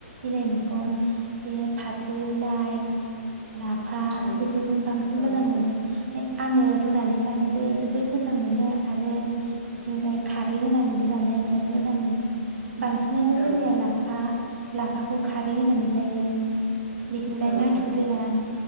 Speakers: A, on the right; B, on the left.
A: बिलाइ मैगं बे फाथ थो लाइ लाफा
B: औ
A: बेफोरखौनो बांसिन
B: औ
A: मोजां मोनो आङो रुनानै जानोबो जोबोद मोजां मोनो आरो बिथिंजाय खारै होनानैबो जानो राद मोजां मोनो। बांसिनानो
B: औ
A: जोंनिया लाफा लाफाखौ खारै होनानै जायो। बिथिंजाय
B: औ
A: नाथुर गोरान।